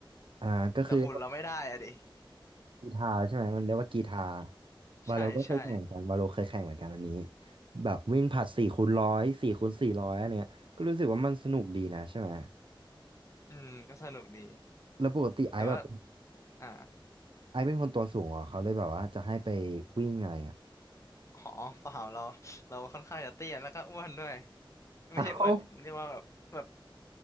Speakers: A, on the right; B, on the left.
A: อ่าก็คือ
B: แต่หุ่นเราไม่ได้อะดิ
A: กีฬาใช่ไหมมันเรียกว่ากีฬา
B: <laughs>
A: วาโลก็เคยแข่งเหมือนกันวาโลเคยแข่งเหมือนกันอันนี้
B: ใช่ใช่
A: แบบวิ่งผลัดสี่คูณร้อยสี่คูณสี่ร้อยอันเนี้ยก็รู้สึกว่ามันสนุกดีนะใช่ไหม
B: อืมก็สนุกดี
A: แล้วปกติไอซ์แบบ
B: แต่ว่าอ่า
A: ไอซ์เป็นคนตัวสูงเหรอเขาเลยแบบว่าจะให้ไปวิ่งอะไรอ่ะ
B: หอเปล่าเราเราค่อนข้างจะเตี้ยแล้วก็อ้วนด้วยไม่ใช่อ้วนเรียกว่าแบบแบบ
A: อ้าว